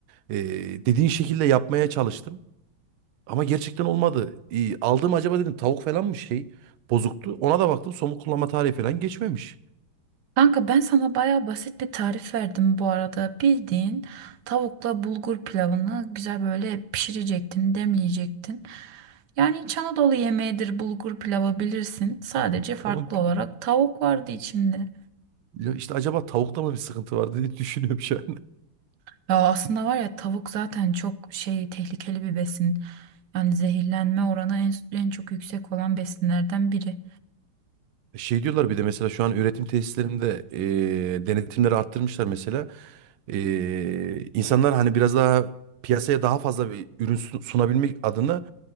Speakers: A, on the right (about 75°); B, on the right (about 65°).
A: E, dediğin şekilde yapmaya çalıştım. Ama gerçekten olmadı. İyi, aldığım acaba dedim tavuk falan mı şey bozuktu. Ona da baktım somut kullanma tarihi falan geçmemiş.
B: Kanka ben sana baya basit bir tarif verdim bu arada. Bildiğin tavukla bulgur pilavını güzel böyle pişirecektin, demleyecektin. Yani İç Anadolu yemeğidir bulgur pilavı bilirsin. Sadece
A: <laughs>
B: farklı
A: Tamam.
B: olarak tavuk vardı içinde.
A: Ya işte acaba tavukta mı bir sıkıntı var diye <laughs> düşünüyorum şu an.
B: Ya aslında var ya tavuk zaten çok şey tehlikeli bir besin. Yani zehirlenme oranı en, en çok yüksek olan besinlerden biri.
A: <laughs> Şey diyorlar bir de mesela şu an üretim tesislerinde eee, denetimleri arttırmışlar mesela. Eee, insanlar hani biraz daha piyasaya daha fazla bir ürün sun- sunabilmek adına